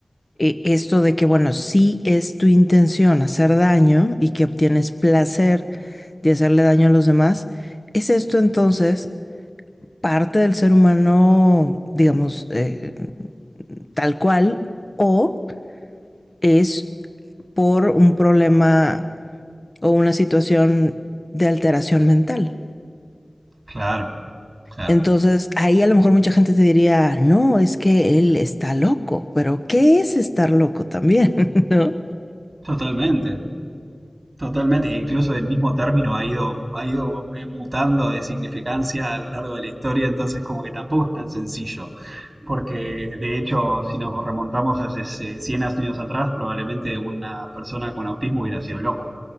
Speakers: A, on the left; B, on the right.
A: eh, esto de que, bueno, sí es tu intención hacer daño y que obtienes placer de hacerle daño a los demás, ¿es esto entonces parte del ser humano, digamos, eh, tal cual, o es por un problema o una situación de alteración mental?
B: Claro, claro,
A: Entonces, ahí a lo mejor mucha gente te diría, no, es que él está loco, pero ¿qué es estar loco también? <laughs> ¿No?
B: totalmente. Totalmente, que incluso el mismo término ha ido, ha ido eh, mutando de significancia a lo largo de la historia, entonces como que tampoco es tan sencillo, porque de hecho si nos remontamos hace eh, 100 años atrás, probablemente una persona con autismo hubiera sido loco